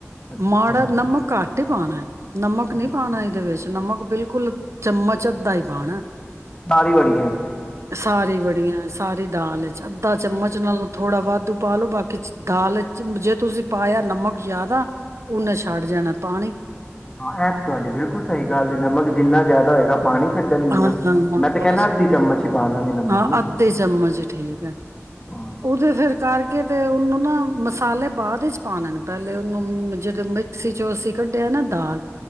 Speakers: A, on the left; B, on the right.
A: ਅੱਛਾ
B: ਮਾੜਾ ਨਮਕ ਕਟ ਟ ਪਾਉਣਾ ਨਮਕ
A: ਹਾਂਜੀ
B: ਨਹੀਂ ਪਾਣਾ ਇਹਦੇ ਵਿੱਚ ਨਮਕ ਬਿਲਕੁਲ ਚਮਚ ਅੱਧਾ ਈ ਪਾਣਾ
A: ਸਾਰੀ ਬੜੀਆਂ ਇੱਥ
B: ਸਾਰੀ ਬੜੀਆਂ ਸਾਰੀ ਦਾਲ ਅੱਧਾ ਚਮਚ ਨਾਲੋਂ ਥੋੜਾ ਵਧ ਤ ਪਾ ਲੋ ਬਾਕੀ ਚ ਦਾਲ ਚ ਜੇ ਤੁਸੀਂ ਪਾਇਆ ਨਮਕ ਜ਼ਿਆਦਾ ਊਨੇ ਛੱਡ ਜਾਣਾ ਪਾਣੀ
A: ਹਾਂ, ਇਹ ਤਾਂ ਤੁਹਾਡੀ ਬਿਲਕੁਲ ਸਹੀ ਗੱਲ ਹੈ ਨਮਕ ਜਿੰਨਾ ਜ਼ਿਆਦਾ ਹੋਏਗਾ ਪਾਣੀ ਛੱਡਣਗੀਆਂ
B: ਹਾਂ, ਹਾਂ ਹਾਂ
A: ਮੈਂ ਤੇ ਕਹਿਣਾ
B: ਬਸ
A: ਅੱਧੀ ਚਮਚ ਹੀ ਪਾ ਲਾਂਗੇ ਨਮਕ
B: ਹਾਂ
A: ਨਾ
B: ਅੱਧੇ ਚਮਚ ਠੀਕ ਹੈ
A: ਹਾਂ
B: ਉਹਦੇ ਫਿਰ ਕਰਕੇ ਤੇ ਉਹਨੂੰ ਨਾ ਮਸਾਲੇ ਬਾਅਦ ਵਿੱਚ ਪਾਉਣੇ ਨੇ ਪਹਿਲੇ ਉਹਨੂੰ ਜਿਹੜੇ ਮਿਕਸੀ ਚੋਂ ਅਸੀਂ ਕੱਢਿਆ ਨਾ ਦਾਲ